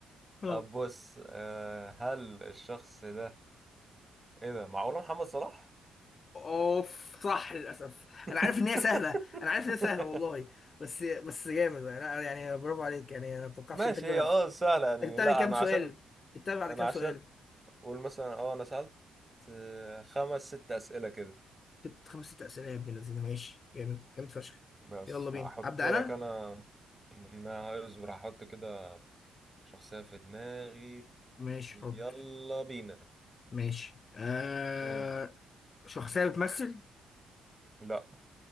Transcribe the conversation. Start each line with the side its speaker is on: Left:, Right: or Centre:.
Left: غلط
Right: طب بص آه، هل الشخص ده ايه ده معقوله محمد صلاح
Left: اوف صح للاسف
Right: <laughs>
Left: انا عارف ان هي سهله انا عارف ان هي سهله والله بس بس جامد انا يعني برافو عليك يعني انا ما توقعتش
Right: ماشي
Left: انت تجيبها
Right: هي اه
Left: انت
Right: سهله يعني
Left: جبتها
Right: لا
Left: من كام
Right: انا
Left: سؤال
Right: عشان
Left: جبتها بعد
Right: انا
Left: كام سؤال
Right: عشان قول مثلا اه انا سالت آه، خمس ست اسئله كده
Left: ست خمس ست أسئلة يا ابن الذين ماشي جامد جامد فشخ
Right: بس
Left: يلا بينا
Right: هحط
Left: أبدأ
Right: لك
Left: أنا
Right: انا ما اصبر هحط كده شخصيه في دماغي
Left: ماشي حط
Right: يلا بينا
Left: ماشي آه
Right: مم.
Left: شخصية بتمثل
Right: لا